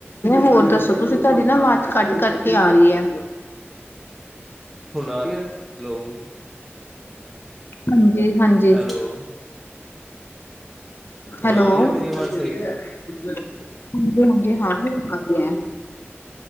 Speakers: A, on the left (about 55°); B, in the centre.
A: ਹੋਰ ਦੱਸੋ ਤੁਸੀਂ, ਤੁਹਾਡੀ ਨਾ ਆਵਾਜ਼ ਕੱਟ- ਕੱਟ ਕੇ ਆ ਰਹੀ ਐ।
B: ਹੁਣ ਆ ਰਹੀ ਹੈ ਹੈਲੋ
A: ਹਾਂਜੀ- ਹਾਂਜੀ।
B: ਹੈਲੋ! ਹੁਣ
A: ਹੈਲੋ!
B: ਆ ਰਹੀ ਹੈ ਮੇਰੀ ਆਵਾਜ਼
A: ਹਾਂਜੀ,
B: ਸਹੀ
A: ਹਾਂਜੀ ਹਾਂ